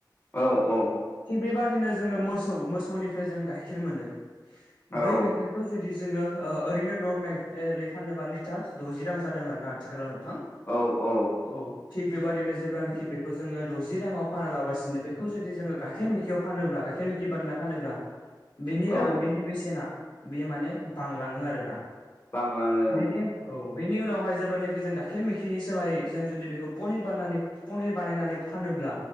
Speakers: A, on the left; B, on the left.
A: औ औ।
B: थिग बेबादिनो जोङो मोसौ मोसौनिफ्राय जों गाइखेर मोनो।
A: औ
B: बै गाइखेरखौ जुदि जोङो ओरैनो नरमेलै फानोबा लिटार द'जि रां जादों आर ना। आथिखालाव नोंथां
A: औ औ।
B: औ। थिग बेबायदिनो जे्लानोाखि बेखौ जोङो द'जि राङाव फानालागासिनो बेखौ जुदि जोङो गाइखेर मेखियाव फानोब्ला गाइखेर मे खि बानायना फानोब्ला बेनि रां
A: औ
B: बिनि बेसेना बेयो माने बांलाङो आरोना
A: बांलाङो
B: बेनि औ बेनि उनावहाय जेब्लानाखि जों गाइखेर मैखिनि सोलायै जों जुदि बेखौ पनिर बाननानै पनिर बानायनानै फानोब्ला